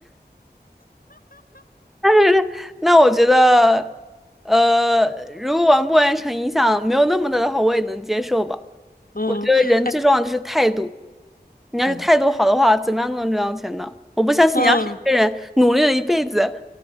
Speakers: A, in the centre; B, on the left (about 55°).
A: 但是，<laughs> 那我觉得，呃，如果完不完成影响没有那么大的话，我也能接受吧。
B: 嗯，
A: 我觉得人最重要的就是态度，
B: 哎
A: 你要是态度好的话，
B: 嗯
A: 怎么样都能赚到钱的。我不相信你要是一个人努力了一辈子，
B: 嗯，